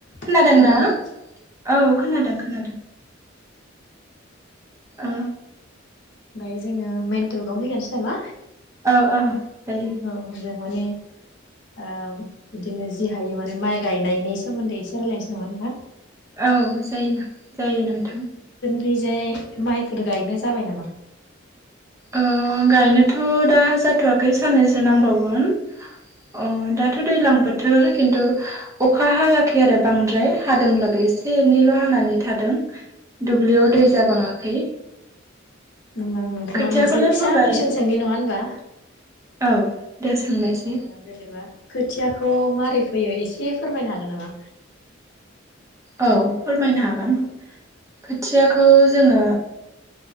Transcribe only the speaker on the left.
खोनादोंना
नोंथां?
दायो जों जोङो मेनटकआवनो फैखानोसै नामा
औ जों माने ओे बिदिनो जि हायो माने माइ गायनायनि सोमोन्दै एसे रायजलायनोसै नामा नोंथां।
खैजाय माइफोर गायनो जाबाय नामा?
होनबा आं नों थांनाव
मोनसे फिसा
कुइसन सोंनि नङा होनबा।
ओ जेनेबा खो थियाखौ माबारै फैयो एसे फोरमायनो हागोन नामा?